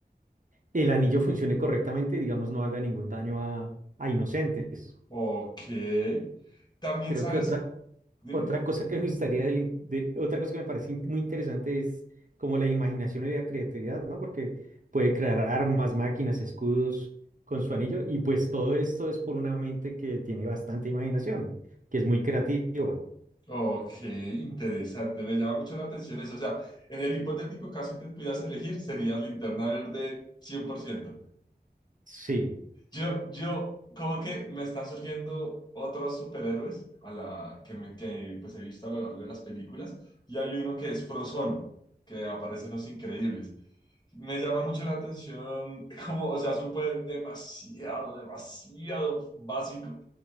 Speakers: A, on the right (about 50°); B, on the left (about 25°).
A: el anillo funcione correctamente y, digamos, no haga ningún daño a, a inocentes.
B: Ok. También
A: Creo
B: sabes,
A: que otra,
B: dime.
A: otra cosa que me gustaría, del in- de, otra cosa que me parece in- muy interesante es como la imaginación y la creatividad, ¿no? Porque puede crear armas, máquinas, escudos con su anillo y pues todo esto es por una mente que tiene bastante imaginación, que es muy creativa.
B: Ok, interesante. Me llama mucho la atención eso. O sea, en el hipotético caso que pudieras elegir, serías linterna verde 100%.
A: Sí,
B: Yo, yo, como que me están surgiendo otros superhéroes a la que, me, que pues he visto a lo largo de las películas. Y hay uno que es Frozono, que aparece en Los Increíbles. Me llama mucho la atención, <laughs> como, o sea, es un poder demasiado, demasiado básico